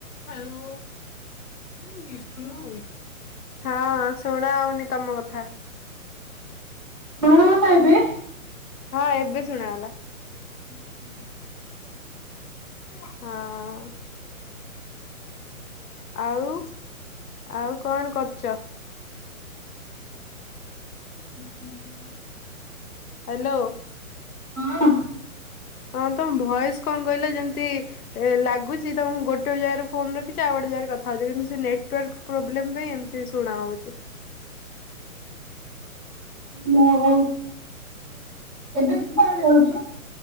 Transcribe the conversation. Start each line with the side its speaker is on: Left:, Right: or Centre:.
Left: Hello. <unintelligible>
Centre: ହଁ
Left: ଶୋଇନୁ। ହଁ, ଶୁଣା ହଉନି ତମ କଥା।
Centre: କଣ ହେଲା ଏବେ?
Left: ହଁ ଏବେ ଶୁଣାଗଲା।
Centre: <inaudible>
Left: ହଁ। ଆଉ ଆଉ କଣ କରୁଛ?
Centre: <inaudible>
Left: ହ୍ୟାଲୋ।
Centre: <unintelligible>
Left: ହଁ ତମ ଭଏସ କଣ କହିଲ ଯେମତି ଏ ଲାଗୁଛି ତମେ ଗୋଟେ ଜାଗାରେ ଫୋନ ରଖିଚ ଆଉ ଗୋଟେ ଜାଗାରେ କଥା ହଉଚ। କିନ୍ତୁ ସେ ନେଟୱାର୍କ ପ୍ରୋବ୍ଲେମ ପାଇଁ ଏମତି ଶୁଣା ହଉଚି।
Centre: ମୋ ହଉ। ଏବେ ଶୁଭା ଯାଉଚୁ?